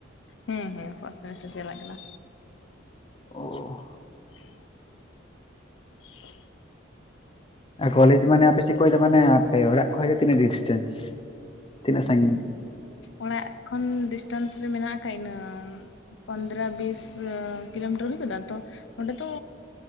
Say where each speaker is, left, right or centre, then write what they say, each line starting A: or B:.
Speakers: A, on the left; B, on the left.
A: ᱦᱮᱸ ᱦᱮᱸ ᱯᱷᱳᱥ ᱥᱮᱢᱤᱥᱴᱟᱨ ᱪᱟᱞᱟᱜ ᱠᱟᱱᱟ᱾
B: ᱚ᱾
A: <inaudible>
B: ᱟᱨ ᱠᱚᱞᱮᱡᱽ ᱢᱟᱱᱮ ᱟᱯᱮ ᱪᱮᱫ ᱠᱷᱚᱡ ᱫᱚ ᱢᱟᱱᱮ ᱟᱯᱮ ᱚᱲᱟᱜ ᱠᱷᱚᱡ ᱛᱤᱱᱟᱹᱜ ᱰᱤᱥᱴᱮᱱᱥ ᱛᱤᱱᱟᱹᱜ ᱥᱟᱜᱤᱧ?
A: ᱚᱲᱟᱜ ᱠᱷᱚᱱ ᱰᱤᱥᱴᱮᱱᱥ ᱨᱮ ᱢᱮᱱᱟᱜ ᱟᱠᱟ ᱤᱱᱟᱹᱢ ᱯᱚᱱᱫᱽᱨᱚ-ᱵᱤᱥ ᱠᱤᱞᱳᱢᱤᱴᱟᱨ ᱦᱩᱭ ᱜᱚᱫᱚᱜ-ᱟᱛᱚ ᱚᱸᱰᱮ ᱫᱚ